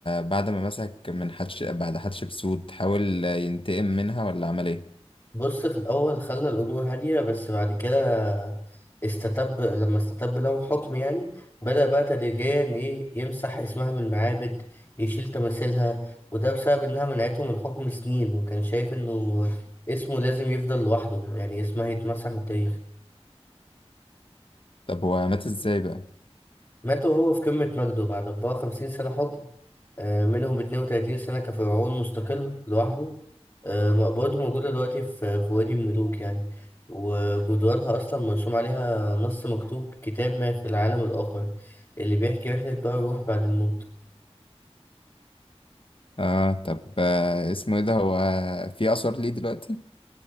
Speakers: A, on the left (about 55°); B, on the left (about 30°).
A: بعد ما مسك من حتش بعد حتشبسوت حاول ينتقم منها ولا عمل إيه؟
B: بص في الأول خلى الأمور هادية بس بعد كده استتب لما استتب لهم حكم يعني بدأ بقى تدريجيا إيه يمسح اسمها من المعابد يشيل تماثيلها وده بسبب إنها منعته من الحكم سنين وكان شايف إنه اسمه لازم يفضل لوحده يعني اسمها يتمسح من التاريخ
A: طب هو مات إزاي بقى؟
B: مات وهو في قمة مجده بعد 54 سنة حكم آه، منهم 32 سنة كفرعون مستقل لوحده آه، مقبرته موجودة دلوقتي في في وادي الملوك يعني وجدرانها أصلا مرسوم عليها نص مكتوب كتاب ما في العالم الآخر اللي بيحكي رحلة بقى الروح بعد الموت
A: آه طب آه، اسمه إيه ده هو في آثار ليه دلوقتي؟